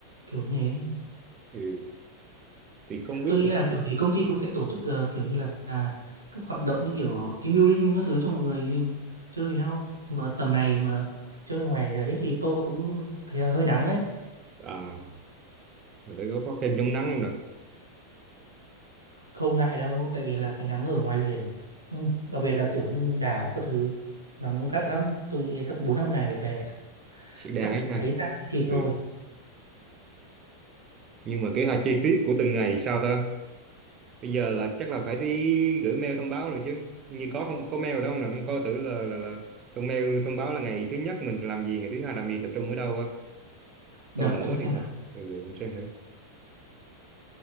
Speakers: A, on the right; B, on the right.
A: kiểu như thế
B: ừ. thì không biết
A: tôi nghĩ
B: là
A: là kiểu gì công ty cũng sẽ tổ chức ờ, kiểu như là à, các hoạt động như kiểu team building các thứ cho mọi người chơi với nhau mà tầm này mà chơi ngoài đấy thì tôi cũng thấy là hơi nắng ấy
B: à, mình phải có có kem chống nắng không nè
A: không lại đâu tại vì là cái nắng ở ngoài biển ừ, đặc biệt là kiểu như đảo các thứ nắng gắt lắm tôi nghĩ chắc bốn năm ngày về chắc
B: sẽ đáng
A: chắc
B: ấy nha
A: cháy ra thì thịt
B: ừ.
A: thôi
B: nhưng mà kế hoạch chi tiết của từng ngày sao ta bây giờ là chắc là phải đi gửi mail thông báo rồi chứ Hình như có không có mail đâu nè không coi thử là là là thông mail thông báo là ngày thứ nhất mình làm gì ngày thứ hai làm gì tập trung ở đâu á
A: đợi
B: tôi lỡ
A: tôi
B: mất
A: xem
B: điện thoại
A: là
B: ừ, ừ, không xem thử